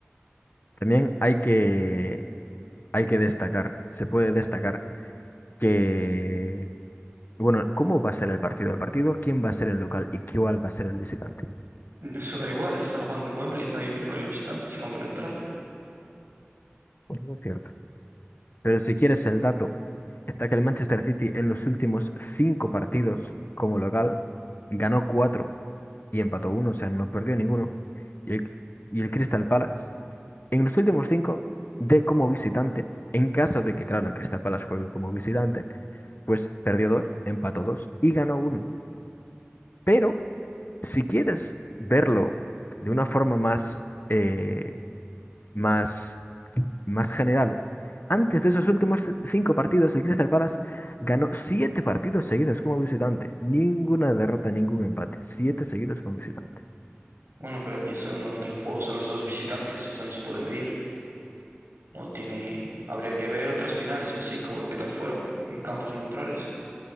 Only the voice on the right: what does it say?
eso da igual, están jugando en Wembley, no hay local visitante, es campo neutral.
Bueno, pero aquí eso no entra en juego, son los dos visitantes, eso no se puede medir. No tiene, habría que ver otras finales o así, como qué tal fueron, en campos neutrales.